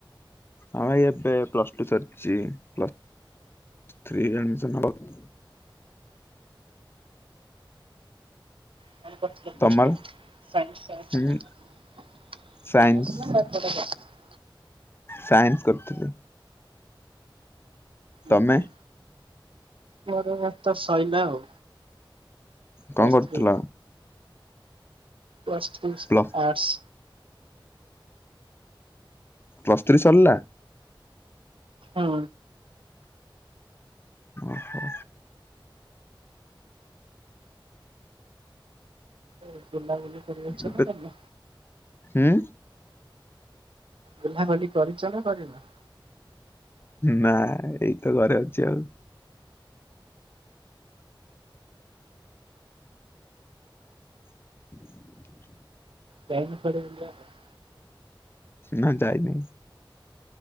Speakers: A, on the left; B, on the right.
A: ହଁ ଭାଇ ଏବେ ପ୍ଲସ ଟୁ ସରିଛି ପ୍ଲସ ଥ୍ରିରେ ଆଡ଼ମିଶନ ହବ।
B: <unintelligible>
A: ତମର
B: ସାଇନ୍ସ ଆର୍ଟ୍ସ
A: ହୁଁ
B: କମର୍ସ
A: ସାଇନ୍ସ
B: <unintelligible>
A: ସାଇନ୍ସ କରିଥିଲି।
B: ଉଁ
A: ତମେ।
B: ହୁଁ ମୋର ବରତ ସଇଲା ଆଉ।
A: କଣ
B: ପ୍ଲସ
A: କରୁଥିଲ?
B: ଥ୍ରୀ Plus <unintelligible>
A: ପ୍ଲ
B: arts.
A: ପ୍ଲସ ଥ୍ରୀ ସରିଲା।
B: ହଁ।
A: ଓହୋ।
B: <unintelligible> <unintelligible> ନା କରି
A: ଏବେ
B: ନା।
A: ହୁଁ
B: ବୁଲା ହଲି କରିଛ ନା କରିିନା।
A: ନା ଏଇ ତ ଘରେ ଅଛି ଆଉ। <inaudible>
B: ଯାଇନ କୁଆଡେ ବୁଲିବାପାଇଁ।
A: ନା ଯାଇନି।